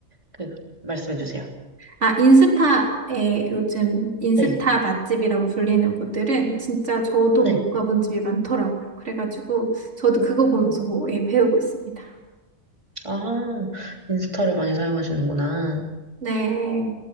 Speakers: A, on the right (about 20°); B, on the right (about 60°).
A: 그, 말씀해 주세요.
B: 아, 인스타에 요즘 인스타
A: 네.
B: 맛집이라고 불리는 곳들은 진짜 저도
A: 네.
B: 못 가본 집이 많더라고요. 그래가지고 저도
A: 음,
B: 그거 보면서 뭐, 예, 배우고 있습니다.
A: 아, 인스타를 많이 사용하시는구나.
B: 네,